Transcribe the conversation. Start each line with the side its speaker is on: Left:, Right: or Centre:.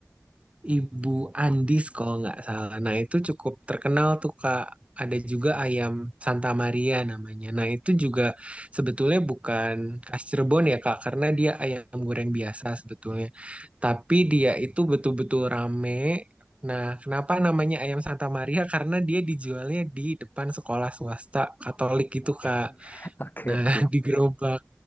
Right: Ibu Andis kalau nggak salah. Nah itu cukup terkenal tuh Kak. Ada juga ayam Santa Maria namanya. Nah itu juga sebetulnya bukan khas Cirebon ya Kak, karena dia ayam goreng biasa sebetulnya. Tapi dia itu betul-betul rame. Nah kenapa namanya ayam Santa Maria? Karena dia dijualnya di depan sekolah swasta Katolik gitu Kak.
Left: <laughs> Oke,
Right: Nah,
Left: oke.
Right: <laughs> di gerobak.